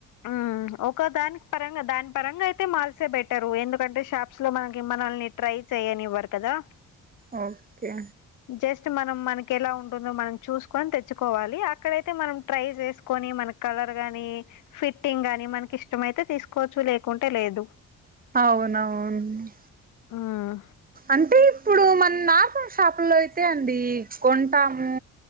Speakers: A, on the left; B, on the right.
A: ఉమ్మ్ ఒక దానికి పరంగా దాని పరంగా అయితే మాల్సే బెటరు ఎందుకంటే షాప్స్‌లో మనకి మనల్ని ట్రై చేయ్యనివ్వరు కదా <inaudible>
B: ఓకే
A: జస్ట్ మనం మనకి ఎలా ఉంటుందో మనం చూసుకొని తెచ్చుకోవాలి అక్కడైతే మనం ట్రై చేసుకొని మన కలర్ గాని ఫిట్టింగ్ గాని మనకి ఇష్టమైతే తీసుకోవచ్చు లేకుంటే లేదు
B: ఔనవ్ ను
A: మ్మ్
B: అంటే ఇప్పుడూ మన నార్మల్ షాపుల్లో అయితే అండీ కొంటామూ